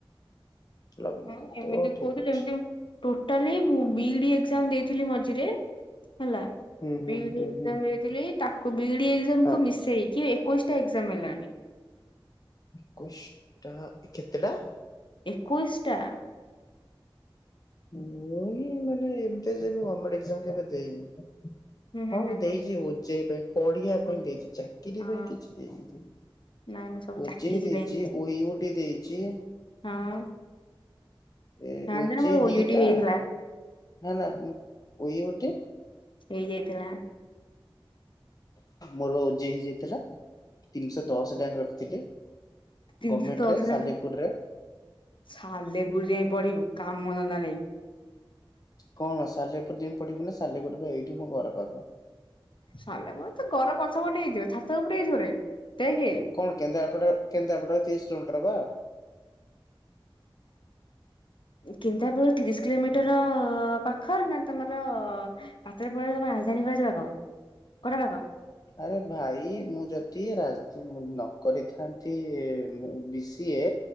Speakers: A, on the left; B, on the left.
A: ଲଗ୍ଇନ୍
B: ହଁ,
A: କରିଦବୁ
B: ଏମିତି
A: ଠିକ୍
B: କଉଥୁଲୁ,
A: ଅଛି।
B: ଏମତି ଟୋଟାଲି ବୁ ବିଇଡି ଏକ୍ଜାମ ଦେଇଥିଲି ମଝିରେ। ହେଲା।
A: ହୁଁ ହୁଁ
B: ବିଇଡି
A: ହୁଁ
B: ଏକ୍ଜାମ
A: ହୁଁ
B: ଦେଇଥିଲି, ତାକୁ ବିଇଡି ଏକ୍ଜାମକୁ
A: ହଁ
B: ମିସେଇକି, ଏକୋଇଶ ଟା ଏକ୍ଜାମ ହେଲାଣି।
A: ଏକୋଇଶି ଟା! କେତେଟା?
B: ଏକୋଇଶଟା।
A: ମୁଁ ହିଁ ମାନେ ଏମିତି ସେ ମୁଁ ଗେମେଣ୍ଟ ଏକ୍ଜାମ କେବେ ଦେଇନି
B: ହୁଁ ହୁଁ
A: ହଁ ମୁଁ
B: ହୁଁ
A: ଦେଇଛି ଉଜେଇ ପାଇଁ। ପଢିଆ
B: ହୁଁ
A: ପାଇଁ ଦେଇଛି ଚାକିରି
B: ହଁ
A: ପାଇଁ କିଛି ଦେଇନି।
B: ନାଇଁ ମୁଁ ସବୁ
A: ଓଚେ
B: ଚାକିରି
A: ଦେଇଛି
B: ପାଇଁ
A: ଓଇ ଓଠେ ଦେଇଛି।
B: ହଁ।
A: ଏଇ
B: ଜାଣିଛ
A: ଓଯେ
B: ନା ମୋର
A: ଦିଟା
B: ଓୟୁଟି ହେଇଥିଲା
A: ନା ନା ଉଇ ହୋଟେ।
B: ହେଇ ଯାଇଥିଲା।
A: ମୋର ବା ଉଜେଇ ହେଇ ଯାଇଥିଲା। ତିନିଶହ ଦଶ ଡ୍ୟାଙ୍କ ରଖିଥିଲି।
B: ତିନିଶ
A: ଗଭର୍ଣ୍ଣମେଣ୍ଟରେ
B: ଦଶରେ
A: ସାଲେପୁରରେ
B: ସାଲେପୁର ଯାଇ ପଢିବୁ କାମ ଧନ୍ଦା ନାଇଁ।
A: କଣ ସାଲେପୁର ଯାଇ ପଢିବୁ ନା ସାଲେପୁର ଏଇଠି ମୋ ଘର ପାଖ।
B: ସିଲେ ପରେ ତ ଘର ପଛ ପଟେ ହେଇଥିବ ଛାତ ଉପରେ ଦେଖେ।
A: କଣ କେନ୍ଦ୍ରାପଡା କେନ୍ଦ୍ରାପଡ଼ା ତିରିଶ କିଲୋମିଟର ପା।
B: କିନ୍ଦ୍ରାପଡ଼ା ତିରିଶ କିଲୋମିଟର ପାଖ ନା ତମର ପାତରେ ପରେ ତମେ ରାଜଧାନୀ କରାଯିବ କୋଉଟା ପାଖ?
A: ଆରେ ଭାଇ ମୁଁ ଯଦି ରାଜୀତି ନ କରିଥାନ୍ତି ମୁଁ ବି ସିଏ